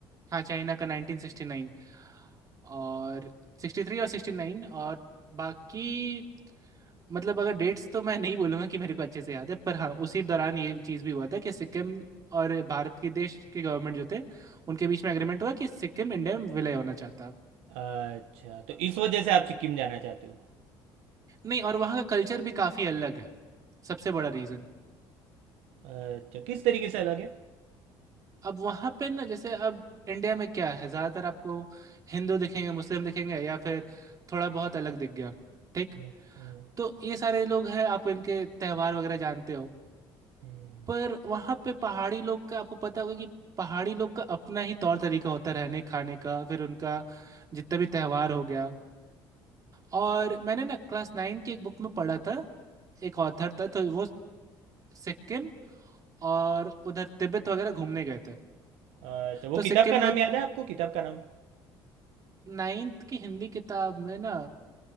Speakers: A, on the right (about 40°); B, on the right (about 85°).
A: हाँ चाइना का 1969 और 63 और 69 और बाकी मतलब अगर डेट्स तो मैं नहीं बोलूंगा कि मेरे को अच्छे से याद है पर हाँ उसी दौरान ये चीज़ भी हुआ था कि सिक्किम और भारत के देश के गवर्नमेंट जो थे उनके बीच में एग्रीमेंट हुआ कि सिक्किम इंडिया में विलय होना चाहता
B: अच्छा तो इस वजह से आप सिक्किम जाना चाहते हो
A: नहीं और वहाँ का कल्चर भी काफ़ी अलग है सबसे बड़ा रीज़न
B: अच्छा किस तरीके से अलग है
A: अब वहाँ पे ना जैसे अब इंडिया में क्या है ज़्यादातर आपको हिंदू दिखेंगे मुस्लिम दिखेंगे या फिर थोड़ा बहुत अलग दिख गया ठीक
B: हम्म, हम्म,
A: तो ये सारे लोग हैं आप इनके त्योहार वगैरह जानते हो
B: हम्म।
A: पर वहाँ पे पहाड़ी लोग का आपको पता होगा कि पहाड़ी लोग का अपना ही तौर तरीका होता है रहने खाने का फिर उनका जितना भी त्योहार हो गया और मैंने ना क्लास नाइन की एक बुक में पढ़ा था एक ऑथर था तो वो सिक्किम और उधर तिब्बत वगैरह घूमने गए थे
B: अच्छा वो
A: तो सिक्किम
B: किताब का
A: में
B: नाम याद है आपको किताब का नाम
A: नाइन्थ की हिंदी किताब में ना